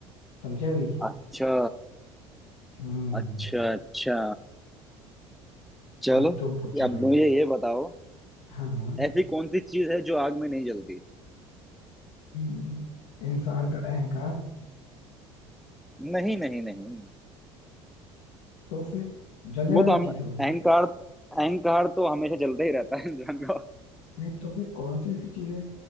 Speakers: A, on the left; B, in the centre.
A: समझे अभी
B: अच्छा
A: हम्म
B: अच्छा अच्छा चलो
A: अभी तुम पूछो
B: अब
A: भाई
B: मुझे ये बताओ
A: हाँ हाँ
B: ऐसी कौन सी चीज है जो आग में नहीं जलती
A: हम्म, इंसान का अहंकार
B: नहीं नहीं नहीं
A: तो फिर जलने
B: वो
A: वाली
B: तो हम
A: चीज
B: अहंकार
A: है वो
B: अहंकार तो हमेशा जलता ही रहता है इंसान का
A: नहीं तो फिर कौन सी ऐसी चीज है